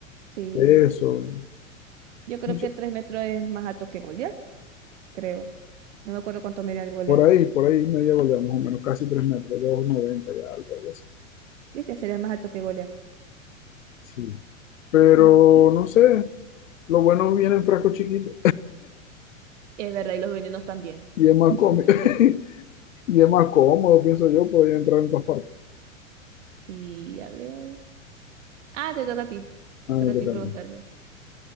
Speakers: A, on the right (about 60°); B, on the left (about 70°).
A: sí.
B: peso,
A: Yo creo
B: mucho.
A: que tres metros es más alto que Goliat, creo. No me acuerdo cuánto medía el Goliat.
B: Por ahí, por ahí media volea, más o menos, casi tres metros, dos noventa y algo, algo así.
A: ¿Viste? Sería más alto que Goliat.
B: Sí. Pero
A: Mm, mm.
B: no sé, lo bueno viene en frasco chiquito
A: Es verdad, y los venenos también.
B: y es más
A: <laughs>
B: cómodo, <laughs> y es más cómodo, pienso yo, podría entrar en todas partes.
A: Y a ver. Ah, te toca a ti.
B: Ah,
A: Te
B: me
A: toca a
B: toca
A: ti preguntarme.
B: a mí.